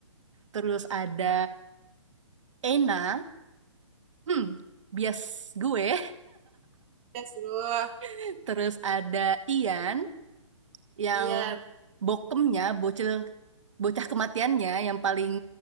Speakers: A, on the right; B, on the right.
A: Terus ada Ena, hmm, bias gue.
B: Ya, seluruh.
A: <laughs> Terus ada Ian, yang
B: Iya,
A: bokemnya, bocil, bocah kematiannya, yang paling